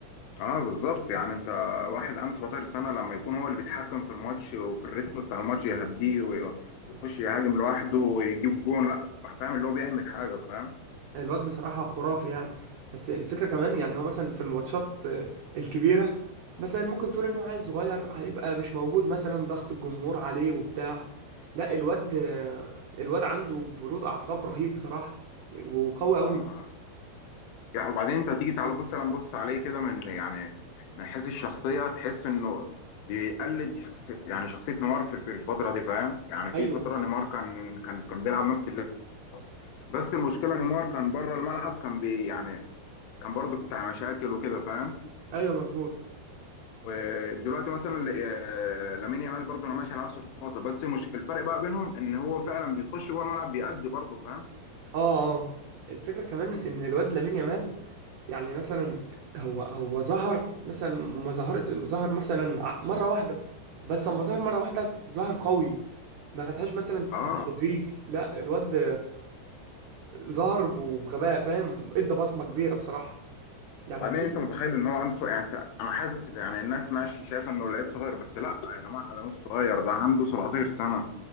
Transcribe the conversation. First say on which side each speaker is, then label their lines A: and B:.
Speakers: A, on the left (about 85°); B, on the right (about 85°).
A: اه بالظبط يعني انت واحد عنده 17 سنة لما يكون هو اللي بيتحكم في الماتش وفي الريتم بتاع الماتش يهديه وي- ويخش يهاجم لوحده ويجيب جون لا فاهم اللي هو بيعمل حاجة فاهم
B: الواد بصراحة خرافي يعني بس الفكرة كمان يعني هو مثلا في الماتشات آه، الكبيرة مثلا ممكن تقول ان هو عيل صغير هيبقى مش موجود مثلا ضغط الجمهور عليه وبتاع لا الواد آه، الواد عنده برود أعصاب رهيب بصراحة وقوي قوي
A: اه يعني وبعدين انت تيجي تعالى بص سلام بص عليه كده من يعني من حيث الشخصيه تحس انه بيقلد شخص يعني شخصيه نيمار في في الفتره دي فاهم يعني
B: ايوه
A: في فتره نيمار كان كان كان بيلعب نفس اللعب بس المشكله نيمار كان بره الملعب كان بي يعني كان برضه بتاع مشاكل وكده فاهم
B: ايوه مظبوط
A: ودلوقتي مثلا ل- آه، لامين يامال برضه انا ماشي على نفس الخطه بس مش الفرق بقى بينهم ان هو فعلا بيخش جوه الملعب بيأدي برضه فاهم
B: اه اه الفكرة كمان ان الواد لامين يامال يعني مثلا هو هو ظهر مثلا ما ظهر ظهر مثلا ع- مره واحده بس اما ظهر مره واحده ظهر قوي ما خدهاش مثلا
A: اه
B: بالتدريج لا الواد ظهر بغباء فاهم ادى بصمه كبيره بصراحه يعني
A: وبعدين
B: كل
A: انت متخيل ان هو عنده صغير. يعني انت- انا حاسس إن- يعني الناس ماشي شايفه انه لعيب صغير بس لا يا جماعه ده مش صغير ده عنده 17 سنه